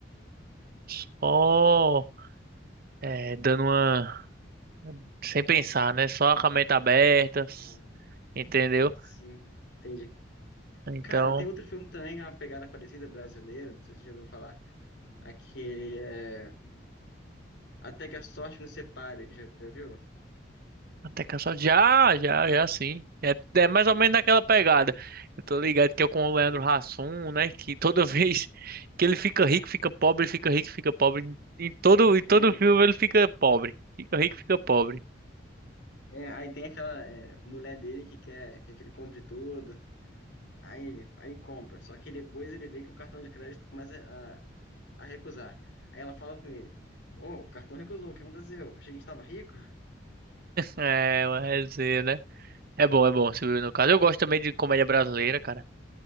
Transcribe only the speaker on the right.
só, é, dando uma, sem pensar, né? Só com a mente aberta,
entendeu?
Então.
Até que só já, já, já sim. É, é mais
ou menos naquela pegada. Eu tô ligado que é com o Leandro
Hassum, né? Que toda <laughs> vez
que ele fica rico, fica pobre, fica rico, fica pobre. Em todo, em todo
filme ele fica pobre. Fica rico, fica pobre.
É, uma resenha, né? É bom, é bom, Silvio, no caso. Eu gosto também de comédia brasileira, cara.